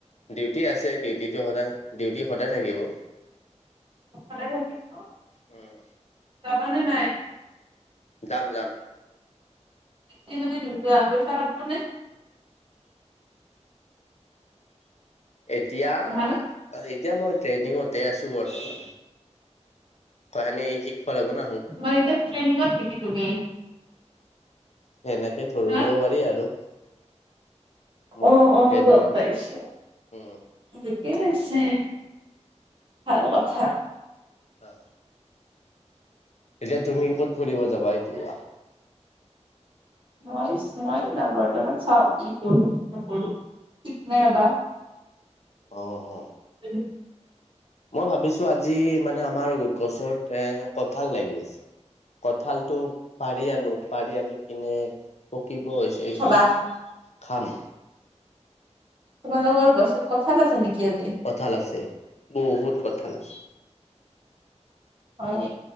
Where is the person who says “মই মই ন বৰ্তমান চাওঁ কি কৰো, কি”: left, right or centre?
Right